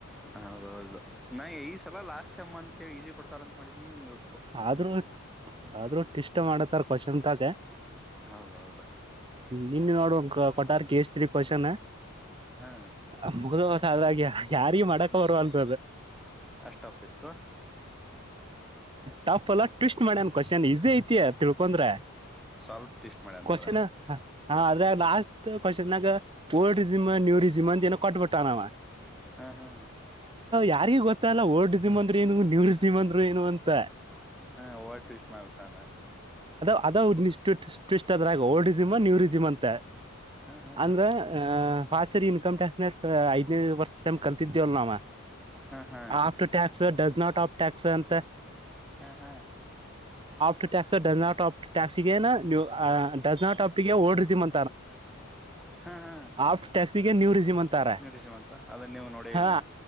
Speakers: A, in the centre; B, on the right.
A: ಹೌದೌದು ನಾ ಈ ಸಲ ಲಾಸ್ಟ್ ಸೇಮ್ ಅಂತ ಈಸಿ ಕೊಡ್ತಾರ ಅಂತ ಮಾಡಿನಿ ಇವ್ರ
B: ಆದ್ರೂ ಆದ್ರೂ ಟ್ವಿಸ್ಟ್ ಮಾಡತ್ತಾರ ಕ್ವಶಂತಾಗೆ
A: ಹೌದೌದು
B: ನಿನ್ನ ನೋಡುವ ಕೊಠಾರಕ್ಕೆ ಎಷ್ಟ. ಥ್ರೀ ಕ್ವೆಶ್ಚನ್
A: ಹಾ
B: ಅಮ್ಮಕದ <inaudible> ಅಾಗಿ ಯಾರಿಗ ಮಾಡಕ ಬರುವಂತದ್ದ
A: ಅಷ್ಟ ಒಪ್ಪಿತ್ತು
B: ಟಪ್ ಎಲ್ಲ ಟ್ವಿಸ್ಟ್ ಮಾಡ್ಯನ್ ಕ್ವಶ್ನ್ ಈಸಿ ಐತಿ ತಿಳ್ಕೊಂಡ್ರೆ
A: ಸ್ವಲ್ಪ ಟ್ವಿಸ್ಟ್ ಮಾಡ್ಯಾನ
B: ಕೋಸ್ಟಿನ್
A: ಅದ್ರಾಗ
B: ಹ ಆದ್ರೆ ಲಾಸ್ಟ್ ಪನಾಗ ಓಲ್ಡ್ ರರಿಿಮ್ ನೀವ ರಿಜಿಮ್ ಅಂತ ಏನೋ ಕೊಟ್ಬಿಟ್ಟ ನಾವ
A: ಹಾ ಹಾ
B: ಯಾರಿಗೆ ಗೊತ್ತಲ್ಲ ಓಲ್ ಮಂದ ಏ ನೀವ ಸಿ <unintelligible> ಏನುಂತ <unintelligible> ಪ್ರ <unintelligible>
A: ಹಾ ಓವರ್ ಟ್ವಿಸ್ ಮಾಡಿಬಿಟ್ಯಾನ
B: ಅದ <inaudible> ಅದ್ರಾಗ ಟ್ವೆಸ್ಟ್ ಒಡೆದೆಮ್ ನೀರುಡೆಮ್ ಅಂತ
A: ಹಾ ಹಾ
B: ಅಂದ್ರ ಹಾ ಪಾಸರಿ ಇನ್ಕಮ್ ಟ್ಯಾಕ್ಸ್ ನಾ ಅಷ್ಟು ಐ ವರ್ಷ ತಮ್ ಕಲ್ತಿದ್ದೇವಲ್ ನಾವ
A: ಹಾ ಹಾ
B: after success not of tax ಅಂತ
A: ಹಾ ಹಾ
B: ಟು ಟಸ್ ಡಸ್ ನಾಟ್ <unintelligible> ಟಾಸ್ಕ್ ಸಿಗ ನಾ <unintelligible> ಹಾ does not a talk word resume
A: <unintelligible> ಹಾ ಹಾ
B: ಆಫ್ಟರ್ ಟ್ಯಾಕ್ಸಿಗೆ
A: <unintelligible>
B: ನ್ಯೂ ರಿಸಿಮ್ ಅಂತಾರ
A: ನಿಡಿಸಿ ಮಾಂತ ಅದ ನೀವು ನೋಡಿ
B: ಹಾ
A: ಇಲ್ನ